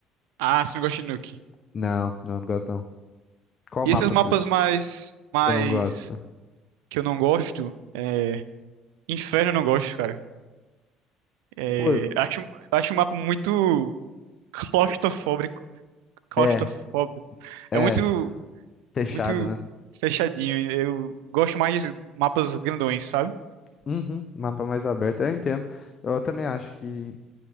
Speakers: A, on the right (about 85°); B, on the left (about 40°).
A: Ah, você não gosta de Nuke.
B: Não, não, não gosto não. Qual
A: E
B: mapa
A: esses mapas
B: você
A: mais, mais
B: você não gosta?
A: que eu não gosto, é, Inferno eu não gosto, cara. É,
B: Pô,
A: acho, acho um mapa muito claustrofóbico. Claustrofóbico.
B: é,
A: É
B: é,
A: muito.
B: fechado,
A: muito
B: né?
A: fechadinho. Eu gosto mais de mapas grandões, sabe?
B: Uhum, mapa mais aberto, eu entendo. Eu também acho que,